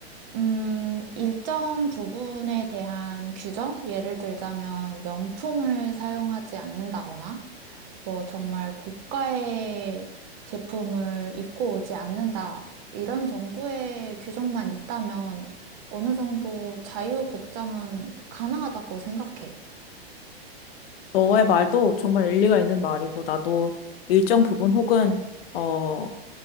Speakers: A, on the right; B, on the left.
A: 음, 일정 부분에 대한 규정? 예를 들자면 명품을 사용하지 않는다거나, 뭐 정말 고가의 제품을 입고 오지 않는다. 이런 정도의 규정만 있다면 어느 정도 자유복장은 가능하다고 생각해.
B: 너의 말도 정말 일리가 있는 말이고, 나도 일정 부분 혹은, 어,